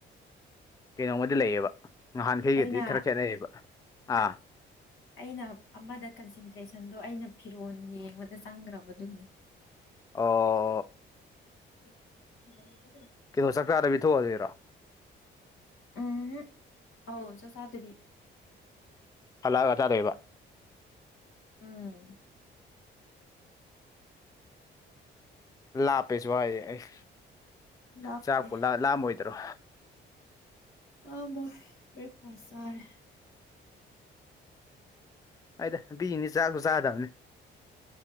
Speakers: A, on the left (about 15°); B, on the left (about 75°).
A: ꯀꯩꯅꯣꯝꯃꯗꯤ ꯂꯩꯌꯦꯕ ꯉꯍꯥꯟꯈꯩꯒꯗꯤ
B: ꯑꯩꯅ
A: ꯈꯔ ꯈꯦꯠꯅꯩꯌꯦꯕ ꯑꯥ
B: ꯑꯩꯅ ꯑꯃꯗ ꯀꯟꯁꯦꯟꯇ꯭ꯔꯦꯁꯟꯗꯣ ꯑꯩꯅ ꯐꯤꯔꯣꯜ ꯌꯦꯡꯕꯗ ꯆꯪꯈ꯭ꯔꯕ ꯑꯗꯨꯒꯤꯅꯤ
A: ꯑꯣ
B: ꯁꯤꯗ <inaudible>
A: ꯀꯩꯅꯣ ꯆꯥꯛꯆꯥꯥꯗꯕꯤ ꯊꯣꯛꯍꯜꯂꯤꯔꯣ
B: ꯎꯝ ꯍꯨꯝ ꯑꯧ ꯆꯥꯛ ꯆꯥꯗꯕꯤ
A: ꯍꯜꯂꯛꯑꯒ ꯆꯥꯗꯣꯏꯕ
B: ꯎꯝ
A: ꯂꯥꯞꯄꯦꯁꯨ ꯍꯥꯏꯌꯦ ꯑꯩꯁ
B: ꯂꯥꯞꯄꯦ
A: ꯆꯥꯛꯄꯣ ꯂꯥꯝꯃꯣꯏꯗꯔꯣ
B: ꯂꯤꯃꯣꯟ ꯕꯦꯛ ꯐꯁ ꯆꯥꯔꯦ
A: ꯍꯣꯏꯗ ꯅꯨꯄꯤ ꯁꯤꯛꯗꯤ ꯆꯥꯛꯁꯨ ꯆꯥꯗꯕꯅꯤ